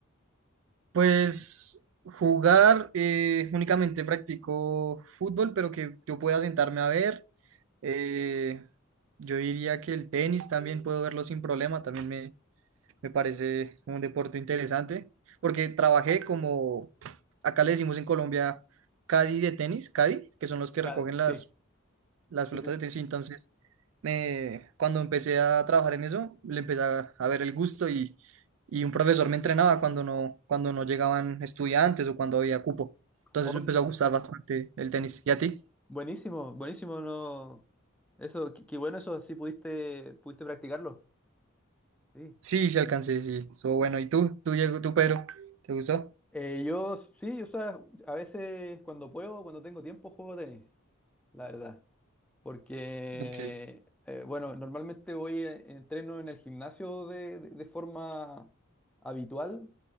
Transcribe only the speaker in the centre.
Cade,
sí.
Sí, sí.
Oh,
qué-
buenísimo, buenísimo, no. Eso, qué, qué bueno eso, sí pudiste, pudiste practicarlo. Sí.
Eh, yo sí, o sea, a veces cuando puedo, cuando tengo tiempo, juego tenis, la verdad. Porque,
eh, bueno, normalmente voy, eh, entreno en el gimnasio de, de- de forma habitual,